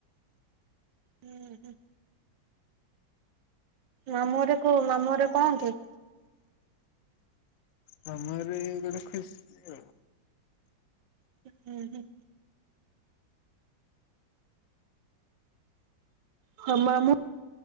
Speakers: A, on the right; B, on the left.
A: ହୁଁ ହୁଁ। ମାମୁଁ ଘରେ କ ମାମୁଁ ଘରେ କଣ କି।
B: ମାମୁଁ ଘରେ ଏ ଗୋଟେ ଖୁସି ଆଉ।
A: ହୁଁ ହୁଁ ହୁଁ। ହଁ ମାମୁଁ।